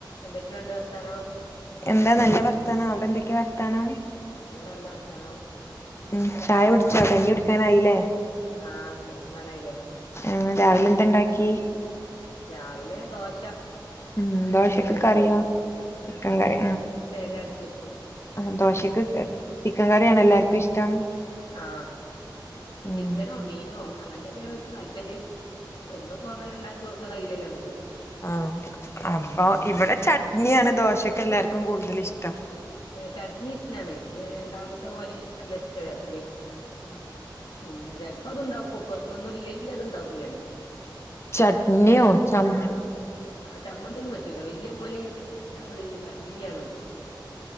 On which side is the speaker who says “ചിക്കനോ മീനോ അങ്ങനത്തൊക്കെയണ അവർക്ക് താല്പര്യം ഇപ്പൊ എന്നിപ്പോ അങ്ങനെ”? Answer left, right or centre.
Left